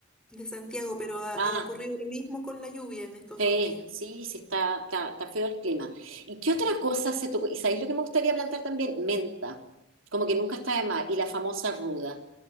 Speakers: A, in the centre; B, on the right (about 75°).
A: de Santiago, pero ha,
B: Ah,
A: ha ocurrido lo mismo con la lluvia en estos
B: sí,
A: dos días.
B: sí, sí, está, está, está feo el clima. ¿Y qué otra
A: Mm.
B: cosa se tocó? ¿Y sabéis lo que me gustaría plantar también? Menta, como que nunca está de más, y la famosa ruda,